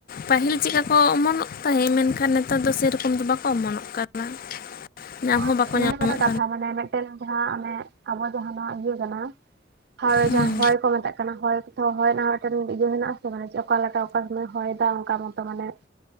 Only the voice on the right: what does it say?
<inaudible>
ᱚᱱᱟ
ᱦᱩᱭᱩᱜ ᱠᱟᱱᱟ ᱠᱟᱛᱷᱟ ᱢᱟᱱᱮ ᱢᱤᱫᱴᱮᱱ ᱡᱟᱦᱟᱸ ᱚᱱᱮ ᱟᱵᱚ ᱡᱟᱦᱟᱸ ᱱᱚᱭᱟ ᱤᱭᱟᱹ ᱠᱟᱱᱟ ᱦᱳᱭ
ᱡᱟᱦᱟᱸ ᱦᱚᱭ ᱠᱚ ᱢᱮᱛᱟᱜ ᱠᱟᱱᱟ ᱦᱚᱭ ᱠᱚ ᱛᱷᱚ ᱦᱚᱭ ᱨᱮᱱᱟᱜ ᱦᱚᱸ ᱢᱤᱫᱴᱮᱱ ᱤᱭᱟᱹ ᱢᱮᱱᱟᱜ-ᱟ ᱥᱮ ᱢᱟᱱᱮ ᱪᱮᱫ ᱚᱠᱟᱞᱮᱠᱟ ᱚᱠᱟ ᱥᱚᱢᱚᱭ ᱦᱚᱭᱮᱫᱟ ᱚᱱᱠᱟ ᱢᱚᱛᱚ ᱢᱟᱱᱮ